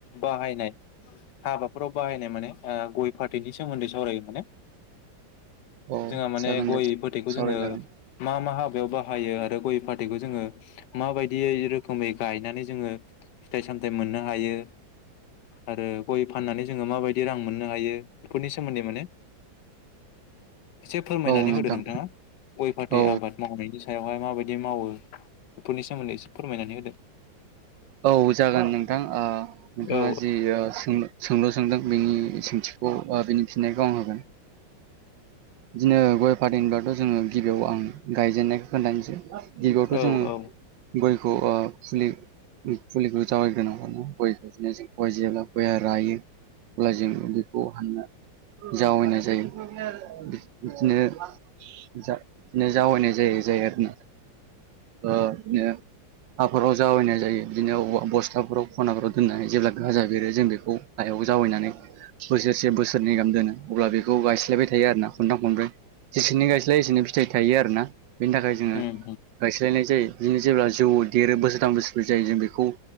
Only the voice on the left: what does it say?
बाहायनाय। हाबाफोराव बाहायनाय माने ओ गय फाथैनि सोमोन्दै सावरायो माने
जोंहा माने
गय
फाथैखौ
जोङो मा मा हाबायाव बाहायो आरो गय फाथैखौ जोङो माबायदियै रोखोमै गायनानै जोङो फिथाइ सामथाइ मोननो हायो। आरो गय फाननानै जोङो माबायदि रां मोननो हायो बेफोरनि सोमोन्दै माने <inaudible> एसे फोरमायनानै
होदो नोंथाङा गय फाथै
आबाद मावनायनि सायावहाय माबायदि मावो? बेफोरनि सोमोन्दै एसे फोरमायनानै होदो।
औ
औ
औ
उम